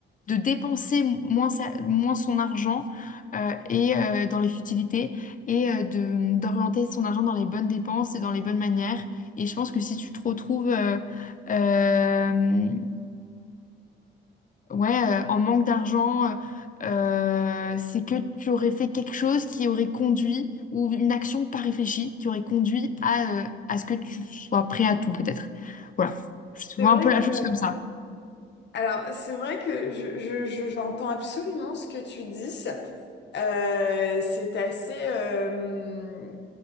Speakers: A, on the left; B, on the left.
A: de dépenser moins, sa- moins son argent euh, et euh, dans les futilités et euh, de, d'orienter son argent dans les bonnes dépenses et dans les bonnes manières. Et je pense que si tu te retrouves... euh, euh, ouais, euh, en manque d'argent, euh, euh, c'est que tu aurais fait quelque chose qui aurait conduit, ou une action pas réfléchie, qui aurait conduit à, euh, à ce que tu sois prêt à tout, peut-être. Voilà. Je
B: C'est
A: vois
B: vrai
A: un peu
B: que
A: la chose comme ça.
B: Alors, c'est vrai que je, je- je- j'entends absolument ce que tu dis. Euh, c'est assez, euh,